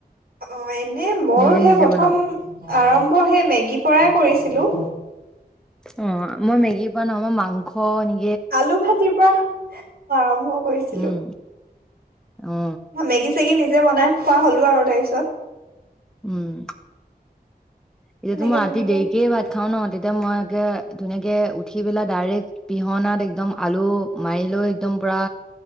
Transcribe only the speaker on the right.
অহ, এনে ময়ো
সেই
প্ৰথম
আৰম্ভ সেই মেগীৰ পৰাই কৰিছিলো।
আলু- ভাজিৰ পৰা আৰম্ভ কৰিছিলো।
মেগী-চেগি নিজে বনাই খোৱা হলো আৰু তাছত।
তেনেকে
তেনেকে